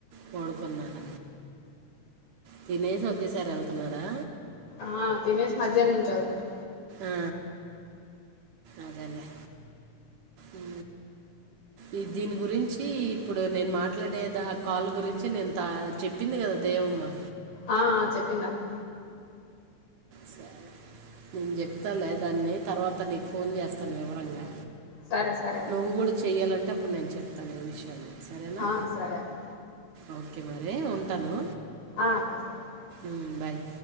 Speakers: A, on the right; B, on the left.
A: పడుకున్నార తినేసి ఒకేసారి వెళ్తున్నాడా
B: ఆ తినేష్ మధ్యాహ్న నుంచి వెళ్తారు
A: ఆ అదేలేే ఊ ఈ దీని గురించి ఇప్పుడు నేను మాట్లాడేద ఆ కాల్ గురించి నేను త చెప్పింది కదా ఏవమ్మా
B: ఆ చెప్పింది నాకు
A: సరే. నేను చెప్తా లే దాన్ని తర్వాత నీకు ఫోన్ చేస్తాను వివరంగా
B: సరే సరే అక్క
A: నువ్వు గూడా చెయ్యాలంటే అప్పుడు నేను చెప్తాను ఏ విషయాన్ని సరేనా
B: ఆ సరే అక్క
A: ఓకే మరి ఉంటాను
B: ఆ <inaudible>
A: ఉమ్, బాయ్